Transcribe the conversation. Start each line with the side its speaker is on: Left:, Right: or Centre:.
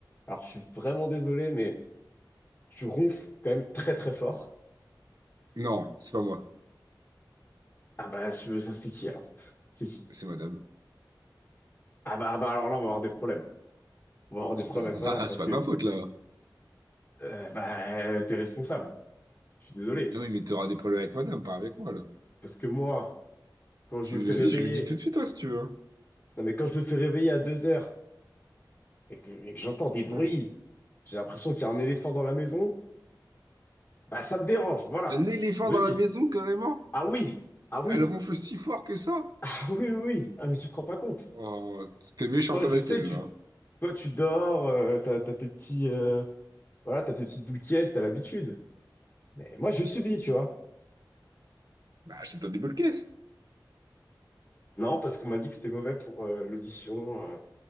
Left: alors je suis vraiment désolé, mais tu ronfles quand même très, très fort.
Right: Non, c'est pas moi,
Left: Ah bah, je, ça, c'est qui, alors? C'est qui?
Right: c'est madame.
Left: Ah bah, ah bah, alors là, on va avoir des problèmes. On va avoir
Right: <laughs>
Left: des problèmes avec madame,
Right: Ah,
Left: parce
Right: c'est pas
Left: que,
Right: de ma faute, là.
Left: euh, bah, t'es responsable. Je suis désolé.
Right: Mais oui, mais t'auras des problèmes avec madame, pas avec moi, là.
Left: Parce que moi, quand
Right: Tu,
Left: je me fais
Right: vas-y,
Left: réveiller...
Right: je lui dis tout de suite, hein, si tu veux.
Left: Non, mais quand je me fais réveiller à deux heures et que, et que j'entends des bruits,
Right: hein.
Left: j'ai l'impression qu'il y a un éléphant dans la maison, bah ça me dérange, voilà,
Right: Un éléphant
Left: je le
Right: dans
Left: dis.
Right: la maison, carrément?
Left: Ah oui, ah oui,
Right: Elle ronfle si fort que ça?
Left: <laughs> ah oui, oui, oui, ah mais tu te rends pas compte.
Right: Oh, t'es méchante
Left: Toi, je
Right: avec
Left: sais,
Right: elle,
Left: tu,
Right: là.
Left: toi tu dors, euh, t'as, t'as tes petits, euh, voilà, t'as tes petites boules qui est, t'as l'habitude. Mais moi je subis, tu vois.
Right: Bah, achète-toi des boules caisses.
Left: Non, parce qu'on m'a dit que c'était mauvais pour euh, l'audition, euh,